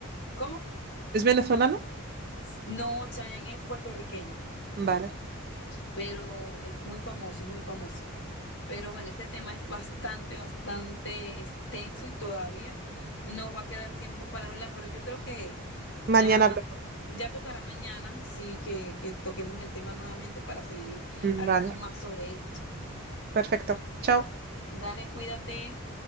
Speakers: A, on the left; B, on the right.
A: ¿Cómo?
B: ¿Es venezolana?
A: No, Chayán es puertorriqueño,
B: Vale.
A: pero es muy famoso, muy famoso. Pero bueno, este tema es bastante, bastante extenso y todavía no va a quedar tiempo para hablar, pero yo creo que
B: Mañana
A: ya,
B: hablamos.
A: ya tocará mañana, sí, que, que toquemos el tema nuevamente para seguir
B: Mm,
A: hablando
B: Vale,
A: más sobre esto.
B: perfecto. Chao.
A: Dale, cuídate.